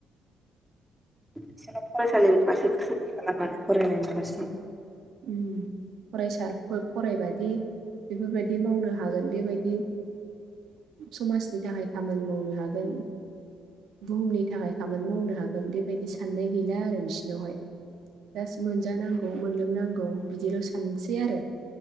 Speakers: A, in the centre; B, on the right.
A: बिसोरनाव फरायसालिनि फारसे गोसो गैखाला माने फरायनायनि फारसे।
B: उम फरायसाफोर फरायबादि बेफोर बायदि मावनो हागोन बेबायदि। समाजनि थाखाय खामानि मावनो हागोन। बुहुमनि थाखाय खामानि मावनो हागोन बेबायदि साननाय गैला आरो बिसिनाव हाय। जास्ट मोनजानांगौ मोनलोंनांगौ बिदिल सानसै आरो